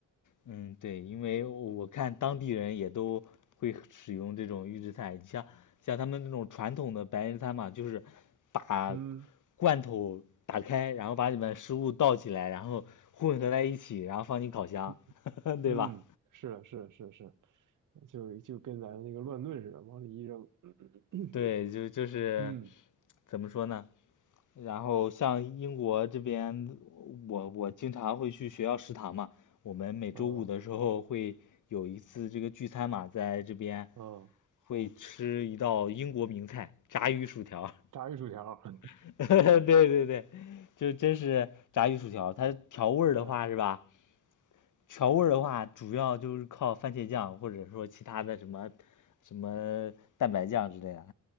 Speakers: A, on the left (about 70°); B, on the right (about 75°).
A: 嗯，对，因为我看当地人也都会使用这种预制菜，你像像他们那种传统的白人餐嘛，就是把
B: 嗯
A: 罐头打开，然后把里面食物倒起来，然后混合在一起，然后放进烤箱，
B: 嗯
A: <laughs> 对吧？
B: 嗯，是的是的是的是的就就跟咱那个乱炖似的，往里一扔。<laughs>
A: 对，
B: <clears throat>
A: 就就是
B: 嗯，
A: 怎么说呢？然后像英国这边，我我经常会去学校食堂嘛，我们每周五的时候会有一次这个聚餐嘛，
B: 哦
A: 在这边
B: 哦，
A: 会吃一道英国名菜——炸鱼薯条。
B: 炸鱼薯条儿 <laughs>
A: <laughs> 对对对，就真是炸鱼薯条。它调味儿的话是吧？
B: 嗯
A: 调味儿的话，主要就是靠番茄酱，或者说其他的什么什么蛋白酱之类的。